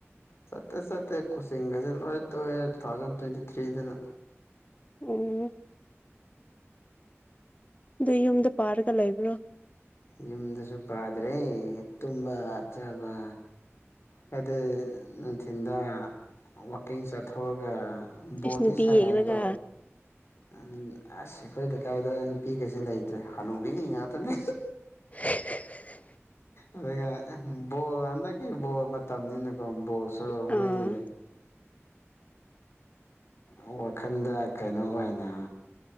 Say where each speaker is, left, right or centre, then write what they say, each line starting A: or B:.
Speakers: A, on the left; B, on the left.
A: ꯆꯠꯇꯦ ꯆꯠꯇꯦ ꯀꯨꯁꯤꯡꯒꯁꯦ ꯂꯣꯏ ꯇꯣꯛꯑꯦ ꯇꯨ ꯊꯥꯎꯖꯟ ꯇ꯭ꯋꯦꯟꯇꯤ ꯊ꯭ꯔꯤꯗꯅ
B: ꯑꯣ ꯑꯗꯨ ꯌꯨꯝꯗ ꯄꯥꯔꯒ ꯂꯩꯕ꯭ꯔꯣ
A: ꯌꯨꯝꯗꯁꯨ ꯄꯥꯗ꯭ꯔꯦ ꯇꯨꯝꯕ ꯆꯥꯕ ꯍꯥꯏꯗꯤ ꯅꯨꯡꯊꯤꯟꯗ ꯋꯥꯀꯤꯡ ꯆꯠꯊꯣꯛꯑꯒ ꯕꯣꯜꯗꯤ
B: ꯏꯁ ꯅꯨꯄꯤ
A: ꯁꯥꯟꯅꯩꯀꯣ
B: ꯌꯦꯡꯂꯒ
A: ꯎꯝ ꯑꯁ ꯑꯩꯈꯣꯏ ꯀꯥꯏꯗ ꯅꯨꯄꯤꯒꯩꯁꯨ ꯂꯩꯇ꯭ꯔꯦ ꯍꯅꯨꯕꯤ ꯉꯥꯛꯇꯅꯦ
B: <inaudible>
A: ꯑꯗꯨꯒ ꯕꯣꯜ ꯍꯟꯗꯛꯀꯤ ꯕꯣꯜ ꯃꯇꯝꯅꯤꯅꯀꯣ ꯕꯣꯜꯁꯨ
B: ꯑꯥ
A: ꯃꯣꯏꯒꯤ ꯑ ꯋꯥꯈꯜꯗ ꯀꯩꯅꯣ ꯑꯣꯏꯅ